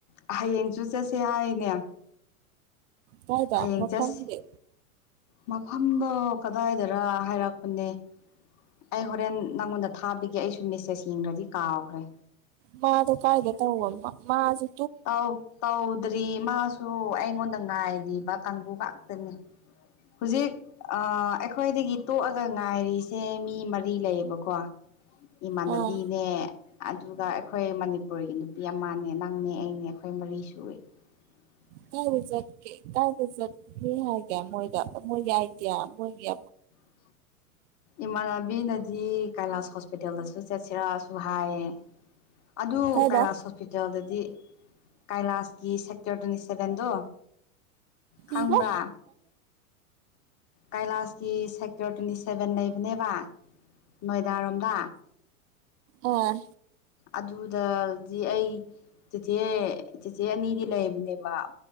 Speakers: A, on the left (about 40°); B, on the right (about 55°).
A: ꯍꯌꯦꯡꯁꯨ ꯆꯠꯁꯦ ꯍꯥꯏꯅꯦ
B: ꯀꯥꯏꯗ
A: ꯍꯌꯦꯡ
B: ꯃꯐꯝꯗꯤ
A: ꯖꯁ ꯃꯐꯝꯗ ꯀꯗꯥꯏꯗꯔ ꯍꯥꯏꯔꯛꯄꯅꯦ ꯑꯩ ꯍꯣꯔꯦꯟ ꯅꯪꯉꯣꯟꯗ ꯊꯥꯕꯒꯤꯦ ꯑꯩꯁꯨ ꯃꯦꯁꯦꯁ ꯌꯦꯡꯈ꯭ꯔꯗꯤ ꯀꯥꯎꯈ꯭ꯔꯦ
B: ꯃꯥ ꯑꯗꯨ ꯀꯥꯏꯗꯦ ꯇꯧꯃ ꯃꯥꯖꯤ
A: ꯇꯥꯎ ꯇꯥꯎꯗ ꯃꯥꯁꯨ ꯑꯩꯉꯣꯟꯗ ꯉꯥꯏꯔꯤꯕ ꯀꯥꯡꯕꯨ ꯉꯥꯛꯇꯅꯦ ꯍꯧꯖꯤꯛ ꯑꯩꯈꯣꯏꯗꯒꯤ ꯇꯣꯛꯑꯒ ꯉꯥꯏꯔꯤꯁꯦ ꯃꯤ ꯃꯔꯤ ꯂꯩꯌꯦꯕꯀꯣ ꯏꯃꯥꯟꯅꯕꯤꯅꯦ
B: ꯑꯥ
A: ꯑꯗꯨꯒ ꯑꯩꯈꯣꯏ ꯃꯅꯤꯄꯨꯔꯒꯤ ꯅꯨꯄꯤ ꯑꯃꯅꯦ ꯅꯪꯅꯦ ꯑꯩꯅꯦ ꯑꯩꯈꯣꯏ ꯃꯔꯤ ꯁꯏ <inaudible>
B: ꯀꯥꯏꯕ ꯆꯠꯀꯦ ꯀꯥꯏꯕ ꯆꯠꯅꯤ ꯍꯥꯏꯒꯦ ꯃꯣꯏꯗ ꯃꯣꯏꯒꯤ ꯑꯥꯏꯗꯤꯌꯥ ꯃꯣꯏꯒꯤ
A: ꯑꯣ ꯏꯃꯥꯟꯅꯕꯤꯅꯗꯤ ꯀꯩꯂꯥꯁ ꯍꯣꯁꯄꯤꯇꯥꯜꯗꯁꯨ ꯆꯠꯁꯤꯔꯛꯁꯨ ꯍꯥꯏꯌꯦ ꯑꯗꯨ
B: ꯀꯥꯏꯗ
A: ꯀꯩꯂꯥꯁ ꯍꯣꯁꯄꯤꯇꯥꯜꯗꯗꯤ ꯀꯩꯂꯥꯁꯀꯤ ꯁꯀꯛꯇꯔ ꯇ꯭ꯋꯦꯟꯇꯤ ꯁꯚꯦꯟꯗꯣ ꯈꯪꯕ꯭ꯔꯥ
B: ꯏꯕ
A: ꯀꯩꯂꯥꯁꯀꯤ ꯁꯦꯛꯇꯔ ꯇ꯭ꯋꯦꯟꯇꯤ ꯁꯦꯚꯦꯟ ꯂꯩꯕꯅꯦꯕ ꯅꯣꯏ ꯗꯥꯔꯣꯝꯝꯕ
B: ꯑꯣ
A: ꯑꯗꯨꯗꯗꯤ ꯑꯩ ꯆꯤꯊꯦ ꯆꯤꯊꯦ ꯑꯅꯤꯗꯤ ꯂꯩꯕꯅꯦꯕ